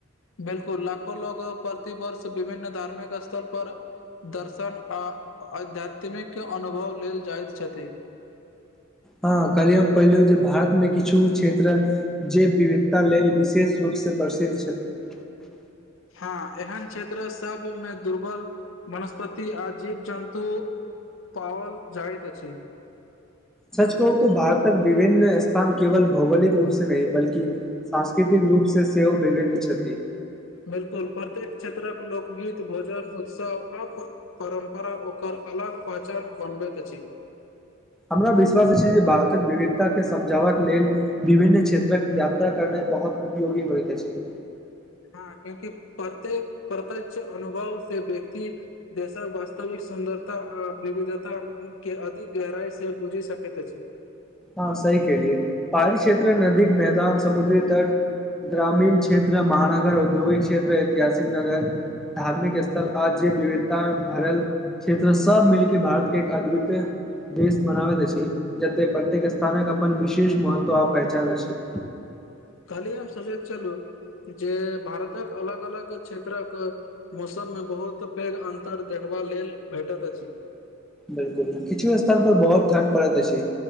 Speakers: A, on the left; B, in the centre.
A: बिलकुल लाखो लोग प्रति वर्ष विभिन्न धार्मिक स्थल पर दर्शन आ आध्यात्मिक अनुभव लेल जाइत छथि
B: हँ कलिय हम पहिलहु जे भारतमे किछु क्षेत्र जे विविधता लेल विशेष रूपसँ प्रसिद्ध छथिन
A: हँ एहन क्षेत्र सबमे दुर्बल वनस्पति आ जीव जन्तु पावल जाइतइत अछि
B: सच कहू त भारतक विभिन्न स्थान केवल भौगोलिक रूप से नहि बल्कि सांस्कृतिक रूप स सेहो विभिन्न छथि
A: बिलकुल प्रत्येक क्षेत्रक लोकगीत भोजन उत्सव अप परम्परा ओकर अलग पहचान बनबैत अछि
B: हमरा विश्वास अछि जे भारतक विविधता के समझावाक लेल विभिन्न क्षेत्रक यात्रा करना बहुत उपयोगी होइत अछि
A: हँ क्यूंकि प्रत्येक प्रत्यक्ष अनुभव से व्यक्ती देशक वास्तविक सुन्दर ता आ विविधता के अधिक गहराइ से बुझि सकैत अछि
B: ह सही केलिये पहाड़ी क्षेत्र नदी मैदान समुद्री तट ग्रामीण क्षेत्र महानगर औद्योगिक क्षेत्र ऐतिहासिक नगर धार्मिक स्थल आ जे विविधतामे भरल क्षेत्र सभ मिलिके भारत के एक अद्वितीय देश बनाबैत अछि जते प्रति प्रतेक स्थानक अपन विशेष महत्व आ पहचान अछि
A: कल्ही हम सोचैत चलू जे भारतक अलग अलग क्षेत्रक मौसममे बहुत पैघ अन्तर देखबा लेल भेटैत अछि
B: बिलकुल किछु स्थान पर बहुत ठंड परैत अछि